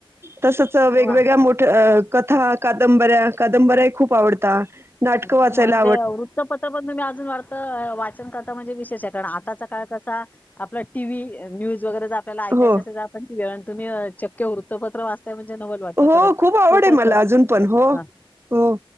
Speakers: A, on the right; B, on the left.
A: तसंच वेगवेगळ्या
B: वा
A: मोठ्या कथा कादंबऱ्या कादंबऱ्याही खूप आवडतात. नाटकं
B: म्हणजे
A: वाचायला
B: वृत्तपत्र पण तुम्ही अजून वाटतं वाचन करता म्हणजे विशेष आहे. आताचा काळ कसा आपला टी व्ही, न्यूज. वगैरे जर आपल्याला ऐकायचं
A: हो
B: असेल तर आपण ते वेळा. तुम्ही चक्क्य वृत्तपत्र वाचता. म्हणजे नवल वाटत
A: हो
B: खरं
A: आवड
B: खूप
A: आहे
B: असं
A: मला अजून पण हो
B: हा.
A: हो